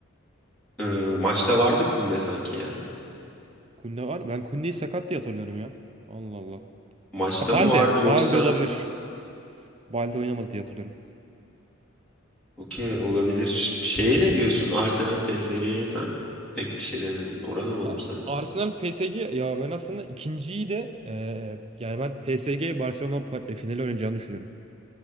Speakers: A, in the centre; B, on the right.
A: E, maçta vardı Kunde sanki ya.
B: Kunde var mı? Ben Kunde'yi sakat diye hatırlıyorum ya. Allah Allah.
A: Maçta
B: Ha, Balde.
A: mı vardı
B: Balde
A: yoksa
B: olabilir. Balde oynamadı diye hatırlıyorum.
A: Okey olabilir. Şeye ne diyorsun? Arsenal PSG'ye sen pek bir şey demedin. Oran ne olur
B: Ha,
A: sence?
B: Arsenal PSG ya ben aslında ikinciyi de e, yani ben PSG Barcelona pa- e, finali oynayacağını düşünüyorum.